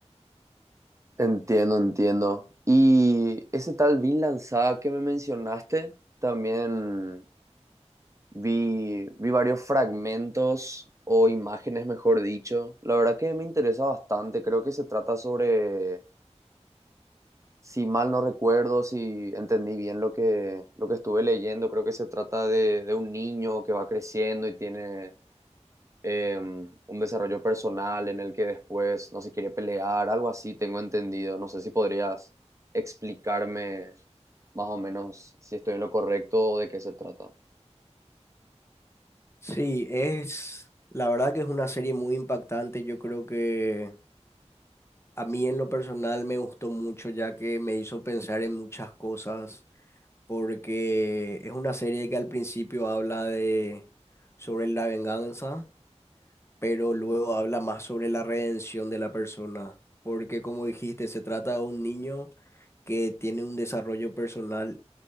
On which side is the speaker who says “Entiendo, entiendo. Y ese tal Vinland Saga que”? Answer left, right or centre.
Right